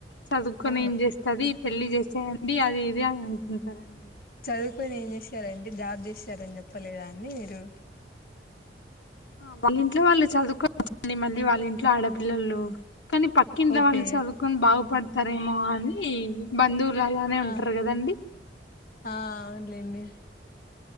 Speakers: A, on the left; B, on the left.
A: చదువుకొని
B: ఆ
A: ఏం చేస్తది పెళ్లి చేసాయండి అది ఇది అని అంటారండి
B: చదువుకుని ఏం చేశారండి జాబ్ చేసారని చెప్పలేదా అండి మీరు
A: వాళ ఇంట్లో వాళ్ళు చదువుకో మళ్ళీ మళ్ళీ వాళ్ళ ఇంట్లో ఆడ పిల్లలు కానీ పక్కింట్లో
B: ఓకే
A: వాళ్ళు చదువుకొని బాగుపడు తరేమో అని బంధువులు అలానే
B: ఆ
A: ఉంటారు కదండి
B: ఆ అవున్లేండి